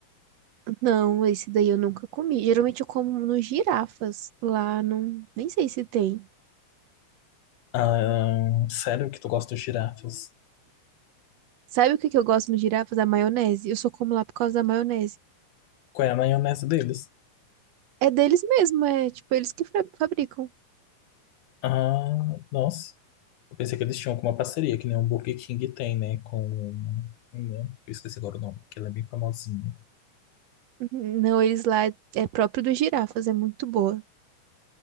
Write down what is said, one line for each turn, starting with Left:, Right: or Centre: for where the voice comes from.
Right: Não, esse daí eu nunca comi. Geralmente eu como nos girafas. Lá não, nem sei se tem.
Left: Ah, sério que tu gosta de girafas?
Right: Sabe o que que eu gosto nos girafas? A maionese. Eu só como lá por causa da maionese.
Left: Qual é a maionese deles?
Right: É deles mesmo, é tipo eles que fa- fabricam.
Left: Ah, nossa. Eu pensei que eles tinham alguma parceria, que nem o Burger King tem, né? Com. Hum, Eu esqueci agora o nome, porque ele é bem famosinho.
Right: Uhum, Não, eles lá é, é próprio dos girafas, é muito boa.